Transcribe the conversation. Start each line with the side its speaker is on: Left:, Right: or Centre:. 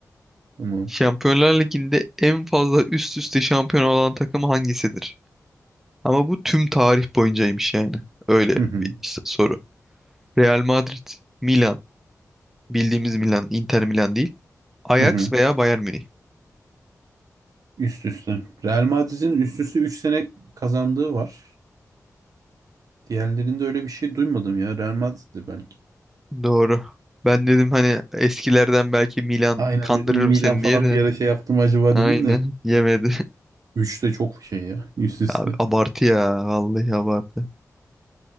Right: Tamam.
Centre: Şampiyonlar Ligi'nde en fazla üst üste şampiyon olan takım hangisidir? Ama bu tüm tarih boyuncaymış yani. Öyle
Right: Hı hı.
Centre: bir s- soru. Real Madrid, Milan, bildiğimiz Milan, Inter Milan değil. Ajax
Right: Hı hı.
Centre: veya Bayern Münih.
Right: Üst üste. Real Madrid'in üst üste 3 sene kazandığı var. Diğerlerinde öyle bir şey duymadım ya. Real Madrid'dir belki.
Centre: Doğru. Ben dedim hani eskilerden belki Milan
Right: Aynen
Centre: kandırırım
Right: dedim Milan
Centre: seni
Right: falan
Centre: diye de.
Right: bir ara şey yaptım acaba
Centre: Aynen.
Right: dedim de.
Centre: Yemedi.
Right: 3 de çok şey ya üst üste.
Centre: <laughs> Abi, abartı ya. Vallahi abartı.